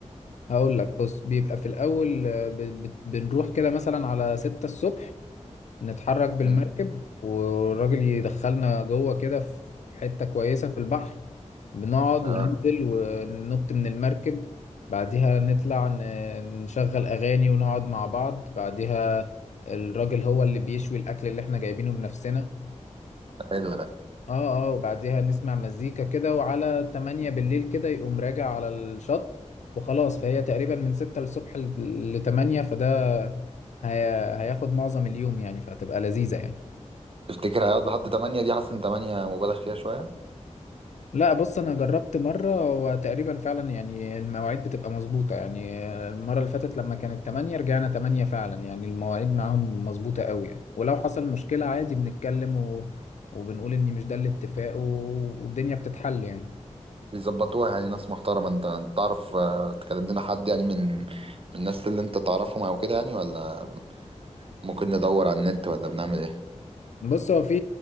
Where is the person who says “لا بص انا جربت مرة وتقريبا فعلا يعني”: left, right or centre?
Left